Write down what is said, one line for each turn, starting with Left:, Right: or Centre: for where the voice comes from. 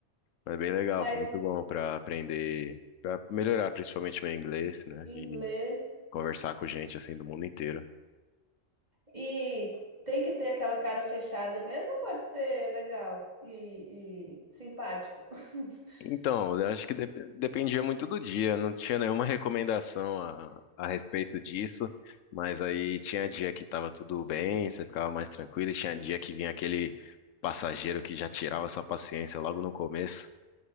Left: Mas bem legal,
Right: mas
Left: foi muito bom para aprender, para melhorar principalmente meu inglês, né?
Right: inglês.
Left: E conversar com gente assim do mundo inteiro.
Right: E tem que ter aquela cara fechada mesmo, ou pode ser legal e, e simpático. <laughs>
Left: Então, eu acho que dep- dependia muito do dia, não tinha nenhuma recomendação a, a respeito disso, mas aí tinha dia que estava tudo bem, você ficava mais tranquilo, e tinha dia que vinha aquele passageiro que já tirava sua paciência logo no começo.